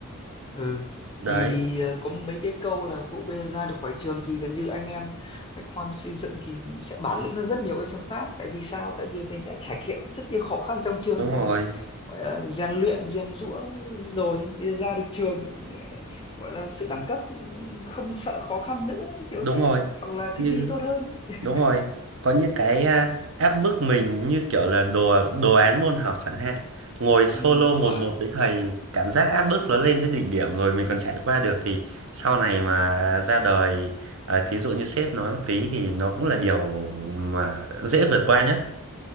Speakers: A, on the left; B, on the right.
A: ừ
B: đấy
A: thì ờ, có mấy cái câu là vụ bây giờ ra được khỏi trường thì gần như anh em bách khoa xây dựng thì sẽ bản lĩnh hơn rất nhiều các trường khác tại vì sao tại vì mình đã trải nghiệm rất nhiều khó khăn trong trường
B: đúng
A: rồi
B: rồi
A: gọi là rèn luyện rèn giũa rồi bây giờ ra được trường gọi là sự đẳng cấp không sợ khó khăn nữa kiểu
B: đúng
A: thế
B: rồi
A: hoặc là
B: như
A: thích nghi tốt hơn <laughs>
B: đúng rồi có những cái à, áp bức mình như kiểu là đồ đồ án môn học chẳng hạn ngồi solo
A: ừ,
B: một
A: đoán
B: một với thầy cảm giác áp bức nó lên đến đỉnh điểm rồi mình còn trải qua được thì sau này mà ra đời à, thí dụ như sếp nói một tí thì nó cũng là điều mà dễ vượt qua nhất